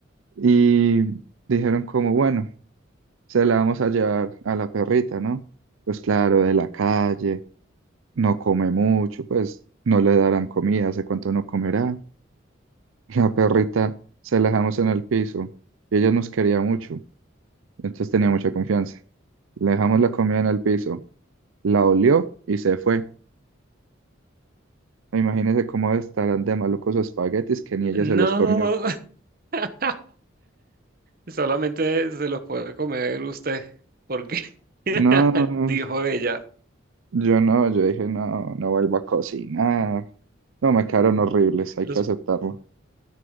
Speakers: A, on the right; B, on the right.
A: Y dijeron como, bueno, se la vamos a llevar a la perrita, ¿no? Pues claro, de la calle no come mucho, pues no le darán comida, hace cuánto no comerá. <laughs> La perrita se la dejamos en el piso y ella nos quería mucho, entonces tenía mucha confianza. Le dejamos la comida en el piso, la olió y se fue. Imagínense cómo estarán de malucos los espaguetis que ni ella
B: No,
A: se los comió.
B: <laughs> <laughs> Solamente se los puede comer usted, porque <laughs>
A: No,
B: dijo ella.
A: yo no, yo dije, no, no vuelvo a cocinar. No, me quedaron horribles, hay
B: Los,
A: que aceptarlo.